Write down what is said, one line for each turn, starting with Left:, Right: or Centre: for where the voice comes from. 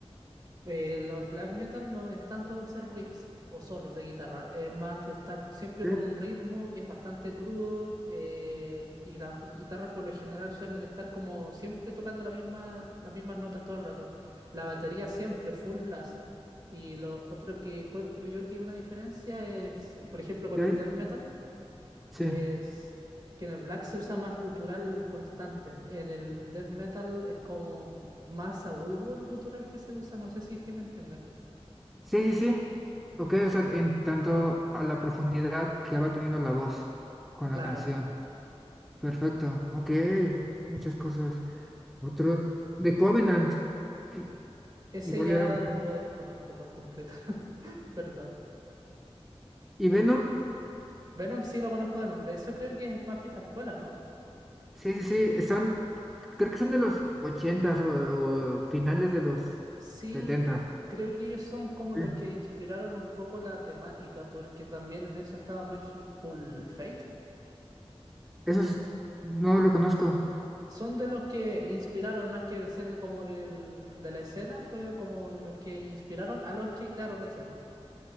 Right: Eh, los black metal no es tanto de hacer riffs o solos de guitarra, es más de estar siempre
Centre: Ok,
Right: con un ritmo que es bastante crudo eh, y las guitarras por lo general suelen estar como siempre tocando la misma, las mismas notas todo el rato. La batería siempre full blast. Y lo otro que encuentro yo que es una diferencia es, por ejemplo, con
Centre: ok,
Right: el death metal.
Centre: Sí,
Right: Es que en el black se usa más gutural constante. En el death metal es como más agudo el gutural que se usa. No sé si es que me entiendes.
Centre: sí, sí, sí. Ok, o sea, en tanto a la profundidad que va teniendo la voz con la
Right: Claro,
Centre: canción. Perfecto, ok, muchas cosas. Otro, The Covenant, i-
Right: ese
Centre: igual
Right: ya
Centre: era.
Right: lo desconozco por completo. <laughs> Perdón.
Centre: Y Venom,
Right: Venom sí lo conozco de nombre. Eso creo que es más vieja escuela, ¿no?
Centre: sí, sí, sí, están, creo que son de los ochentas o, o finales de los
Right: Sí,
Centre: setenta
Right: creo que ellos son como
Centre: Sí.
Right: los que inspiraron un poco la temática, porque también en eso estaba Merciful Fate.
Centre: Eso no lo conozco.
Right: Son de los que inspiraron más que de ser de como del, de la escena, fue como los que inspiraron a los que crearon la escena.